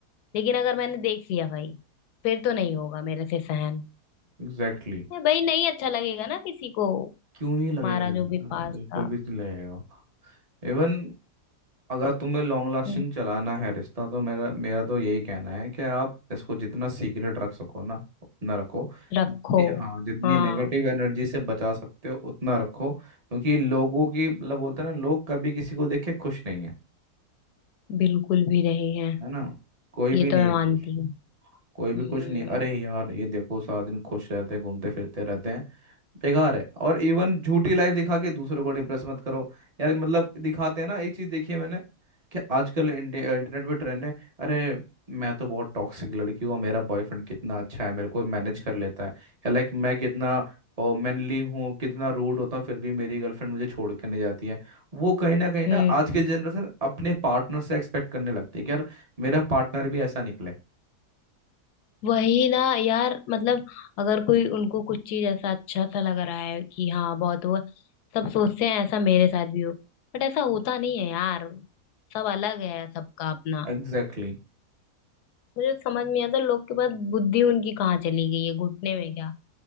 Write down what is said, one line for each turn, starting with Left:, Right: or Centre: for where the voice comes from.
Left: लेकिन अगर मैंने देख लिया भाई फिर तो नहीं होगा मेरे से सहन
Right: एग्जैक्टली
Left: ए, भाई नहीं अच्छा लगेगा ना किसी को
Right: क्यों ही लगेगा
Left: तुम्हारा जो भी
Right: यार,
Left: पास
Right: बिल्कुल
Left: था
Right: भी तो नहीं लगेगा इवन अगर तुम्हें लॉन्ग लास्टिंग
Left: हम्म।
Right: चलाना है रिश्ता तो मेरा मेरा तो यही कहना है कि आप इसको जितना सीक्रेट रख सको ना उतना रखो
Left: रखो
Right: जितनी, हाँ जितनी
Left: हाँ
Right: नेगेटिव एनर्जी से बचा सकते हो उतना रखो क्योंकि लोगों की मतलब बोलते हैं ना लोग कभी किसी को देख के खुश नहीं है
Left: बिल्कुल भी नहीं है
Right: है ना कोई
Left: ये
Right: भी नहीं
Left: तो मैं
Right: है
Left: मानती
Right: खुश
Left: हूँ हम्म
Right: कोई भी खुश नहीं है। अरे यार ये देखो सारा दिन खुश रहते हैं, घूमते फिरते रहते हैं बेकार है और इवन झूठी लाइफ दिखा के दूसरों को डिप्रेस मत करो यार मतलब दिखाते हैं ना एक चीज देखी है मैंने कि आजकल इंटे- इंटरनेट पे ट्रेंड है अरे मैं तो बहुत टॉक्सिक लड़की हूँ मेरा बॉयफ्रेंड कितना अच्छा है मेरे को मैनेज कर लेता है या लाइक मैं कितना मैनली हूँ कितना रूड होता हूँ फिर भी मेरी गर्लफ्रेंड मुझे छोड़ के नहीं जाती है वो कहीं ना कहीं ना
Left: हम्म
Right: आज के जनरेशन अपने पार्टनर से एक्सपेक्ट करने लगती है कि यार मेरा पार्टनर भी ऐसा निकले
Left: वही ना यार मतलब अगर कोई उनको कुछ चीज ऐसा अच्छा सा लग रहा है कि हाँ बहुत हुआ सब सोचते हैं ऐसा मेरे साथ भी हो बट ऐसा होता नहीं है यार सब अलग है सबका अपना
Right: Exactly
Left: मुझे समझ नहीं आता लोग के पास बुद्धि उनकी कहाँ चली गई है घुटने में क्या